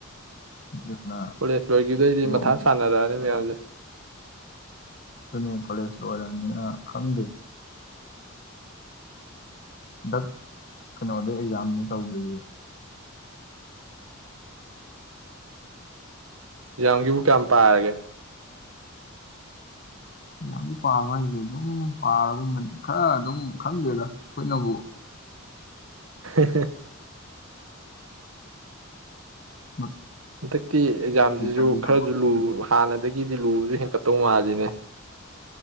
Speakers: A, on the left; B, on the right.
A: ꯑꯗꯨꯅ
B: ꯀꯣꯂꯦꯖ ꯂꯣꯏꯈꯤꯕꯗꯣꯏꯗꯤ
A: ꯊꯕꯛ
B: ꯃꯊꯥ ꯁꯥꯟꯅꯔꯛꯑꯅꯤ ꯃꯌꯥꯝꯁꯦ
A: ꯑꯗꯨꯅꯦ ꯀꯣꯂꯦꯖꯇ ꯑꯣꯏꯔꯕꯅꯤꯅ ꯈꯪꯗꯦ ꯍꯟꯗꯛ ꯀꯩꯅꯣꯗ ꯑꯦꯛꯖꯥꯝꯅꯤ ꯇꯧꯗꯣꯏꯌꯦ
B: ꯌꯥꯡꯒꯤꯕꯨ ꯀꯌꯥꯝ ꯄꯔꯒꯦ
A: ꯌꯥꯝꯗꯤ ꯄꯥꯕ ꯍꯥꯏꯁꯦ ꯑꯗꯨꯝ ꯄꯥꯔꯒꯕ ꯈꯔ ꯑꯗꯨꯝ ꯈꯪꯗꯦꯗ ꯈꯨꯠꯅꯕꯨ
B: <unintelligible>
A: ꯑ
B: ꯍꯟꯗꯛꯇꯤ ꯑꯦꯛꯖꯥꯝꯁꯤꯁꯨ
A: ꯂꯩꯇꯕꯅꯤꯅꯀꯣ
B: ꯈꯔꯁꯨ ꯂꯨ ꯍꯥꯟꯅꯗꯒꯤꯗꯤ ꯂꯨꯕꯁꯨ ꯍꯦꯟꯀꯠꯇꯧ ꯃꯥꯜꯂꯤꯅꯦ